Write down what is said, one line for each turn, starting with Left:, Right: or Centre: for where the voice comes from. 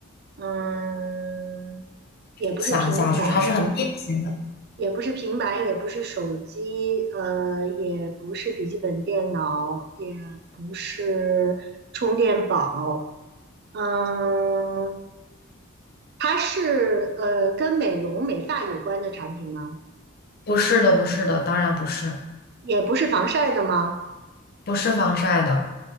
Right: 嗯，也不是平板，
Left: 想一下，就是还是很便携的。
Right: 也不是平板，也不是手机，呃，也不是笔记本电脑，也不是充电宝，嗯，它是呃跟美容美发有关的产品吗？
Left: 不是的，不是的，当然不是，
Right: 也不是防晒的吗？
Left: 不是防晒的